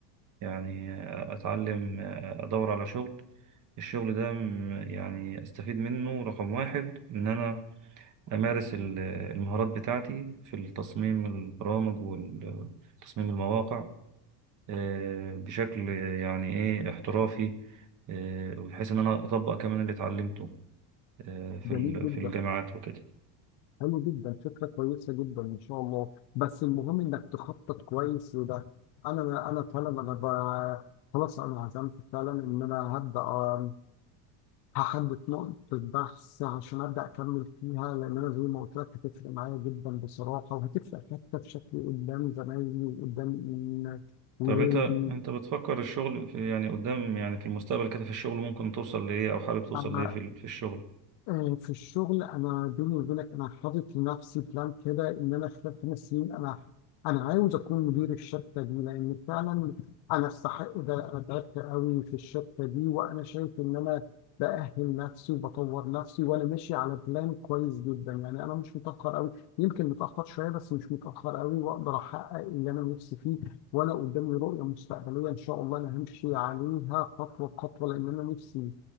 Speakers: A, on the right; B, on the left.
A: يعني اتعلم ادور على شغل الشغل ده م- يعني استفيد منه رقم واحد ان انا أمارس ال- المهارات بتاعتي في التصميم البرامج وتصميم المواقع آه، بشكل يعني إيه احترافي آه، وبحيث إن أنا أطبق كمان اللي اتعلمته آه، في
B: جميل
A: ال-
B: جدا
A: في الجامعات وكده
B: حلو جدا فكره كويسه جدا ما شاء الله بس المهم انك تخطط كويس لده انا انا فعلا انا ب... خلاص انا عزمت فعلا ان انا هبدا آم، هحدد نقطه بحث عشان ابدا اكمل فيها لان انا زي ما قلت لك هتفرق معايا جدا بصراحه وهتفرق حتى في شكلي قدام زمايلي وقدام ولادي
A: طب أنت أنت بتفكر الشغل في يعني قدام يعني في المستقبل كده في الشغل ممكن توصل لإيه أو حابب توصل
B: آه،
A: لإيه في ال- في الشغل
B: آه، في الشغل انا بيني وبينك انا حاطط لنفسي بلان كده ان انا خلال خمس سنين انا انا عاوز اكون مدير الشركه دي لان فعلا انا استحق ده انا تعبت قوي في الشركه دي وانا شايف ان انا باهل نفسي وبطور نفسي وانا ماشي على بلان كويس جدا يعني انا مش متاخر قوي يمكن متاخر شويه بس مش متاخر قوي واقدر احقق اللي انا نفسي فيه وانا قدامي رؤيه مستقبليه ان شاء الله انا همشي عليها خطوه بخطوه لان انا نفسي